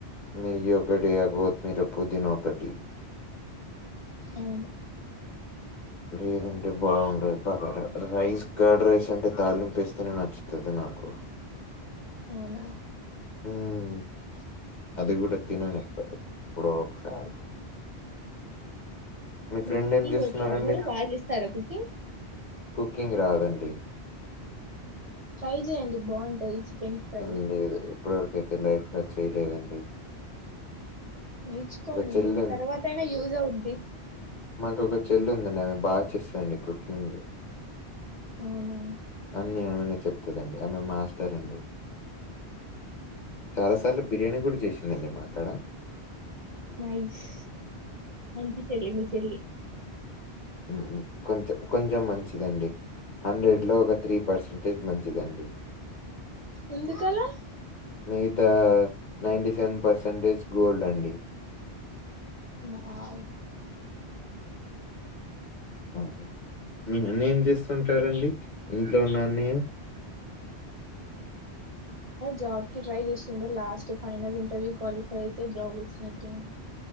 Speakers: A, on the left (about 50°); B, on the right (about 40°).
A: నెయ్యొక్కటి గోత్మీర, పుదీన ఒకటి
B: అవును
A: లేదంటే బాగుండదు బగార. రైస్, కర్డ్ రైస్ అంటే తళింపేస్తేనే నచ్చుతది నాకు.
B: అవునా
A: మ్మ్ అది కూడ తిననెక్కువ ఎప్పుడో ఒకసారి. మీ
B: మీకు
A: ఫ్రెండ్
B: కుకింగ్
A: ఏం చేస్తున్నారండి?
B: వచ్చా మీరు బాగా చేస్తారా కుకింగ్?
A: కుకింగ్ రాదండి.
B: ట్రై చేయండి బాగుంటది. చికెన్ ఫ్రై
A: హ్మ్. లేదు. ఇప్పటివరకైతే లైఫ్ల అట్లే లేదండి.
B: నేర్చుకోండి
A: చెల్లుంది.
B: తర్వాతైనా యూజ్ అవుద్ది.
A: మాకు ఒక చెళ్ళి ఉందండి, ఆమె బాగ చేస్తదండి కుకింగ్.
B: అవునా
A: అన్నీ ఆమెనే చెప్ తదండి. ఐయ్మే మాస్టరండి. చాల సార్లు బిర్యానీ కూడ చేసిందండి మాది క్కడ
B: నైస్ మంచి చెల్లి మీ చెల్లి.
A: మ్మ్ కొం కొంచెం మంచిదండి, హండ్రెడ్ లో ఒక త్రీ పర్సంటేజ్ మంచిదండి.
B: ఎందుకలా!
A: మిగతా నైన్టి సెవెన్ పర్సెంటేజ్ గోల్డ్ అండి
B: వావ్
A: మ్మ్ మీ అన్నయ్య ఏం చేస్తుంటాడండి, ఇంట్లో ఉన్న అన్నయ్య?
B: జాబ్ కి ట్రై చేస్తుండ లాస్ట్ ఫైనల్ ఇంటర్వ్యూ క్వాలిఫై అయితే జాబ్ వచ్చినట్టే అండి